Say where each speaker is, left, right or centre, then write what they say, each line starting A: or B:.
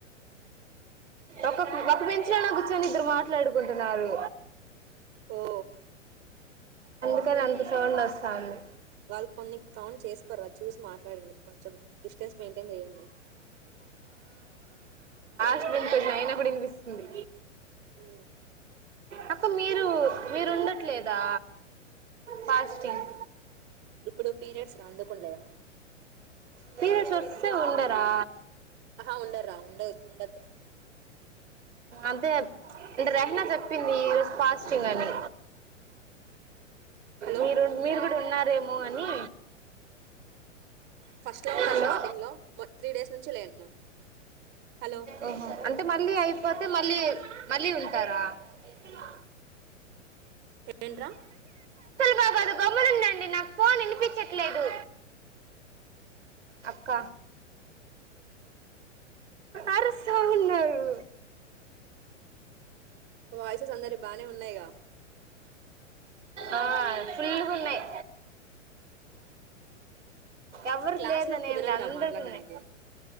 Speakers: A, on the right (about 70°); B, on the right (about 25°).
A: ఒకక్ ఒక బెంచలోనే కూర్చొని ఇద్దరు మాట్లాడుకుంటున్నారు.
B: ఓ
A: ఒకదందే సౌండ్ వస్తంది
B: వాళ్ళు కొన్ని కౌంట్ చేసుకోర అ చూసి మాట్లాడినవ్ కొంచెం డిస్టెన్స్ మెయింటైన్ చేయండి
A: కొంచెం వినిపిట్లే అయనా కూడా వినిపిస్తుంది
B: ఊ
A: అక్క మీరు మీరు ఉండట్లేదా ఫాస్టింగ్
B: ఇప్పుడు పీరియడ్స్ రందుకుండేను
A: సీర సొర్సె ఉండరా
B: ఆహ ఉండరా ఉండద్ ఉండద
A: అదే ప్చ్ అంటే రెహనా చెప్పింది ఈ రోజు ఫాస్టింగ్ అని
B: హలో
A: మీరు మీరు కూడా ఉన్నారే మో అని
B: ఫస్ట్లో ఉన్న
A: హలో
B: స్టార్టింగ్లో మో త్రీ డేస్ నుంచి లేను హలో
A: ఓహో అంటే మళ్ళీ అయిపోతే మళ్ళీ మళ్ళీ ఉంటారా ఎక్కినా
B: ఏంట్రా
A: నాగదు గమ్మునుండండి నాకు ఫోన్ వినిపించట్లేదు అప్ క అరుస్తూ ఉన్నారు
B: వాయిసెస్ అందరి బానే ఉన్నాయిగా
A: ఆ ఫుల్ గున్నాయ్ ఎవ్వరికి
B: క్లాస్
A: లేదని
B: లో కుదరదురా
A: ఏమిలే అందరికి
B: మాట్లాడడానికి
A: ఉన్నాయి